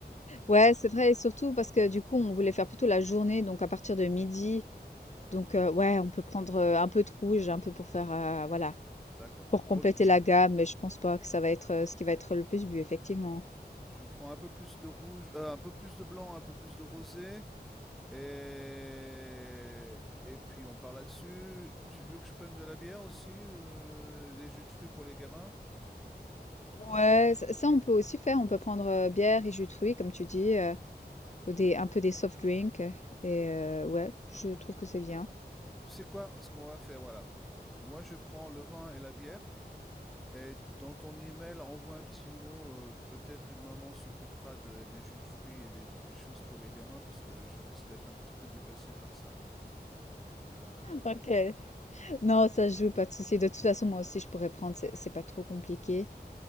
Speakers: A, on the left; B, in the centre.
A: Ouais, c'est vrai et surtout parce que du coup, on voulait faire plutôt la journée, donc à partir de midi, donc heu, ouais, on peut prendre, heu, un peu de rouge, un peu pour faire, heu, voilà.
B: D'accord.
A: Pour compléter
B: Bon, je,
A: la gamme, mais je pense pas que ça va être, heu, ce qui va être le plus bu, effectivement.
B: je prends un peu plus de rouge, euh, un peu plus de blanc, un peu plus de rosé. Et, et puis on part là-dessus. Tu veux que je prenne de la bière aussi, euh, des jus de fruits pour les gamins?
A: Ouais, ça ça on peut aussi faire, on peut prendre, heu, bière et jus de fruits comme tu dis, heu, ou des un peu des soft drinks euh, et heu, ouais, je trouve que c'est bien.
B: Tu sais quoi? Ce qu'on va faire, voilà. Moi, je prends le vin et la bière. Et dans ton email, envoie un petit mot. euh, peut-être une maman s'occupera de- des jus de fruits et des, des choses pour les gamins parce que je risque d'être un petit peu dépassé par ça. Euh,
A: OK. Non, ça se joue, pas de souci. De toute façon, moi aussi, je pourrais prendre, c'est c'est pas trop compliqué.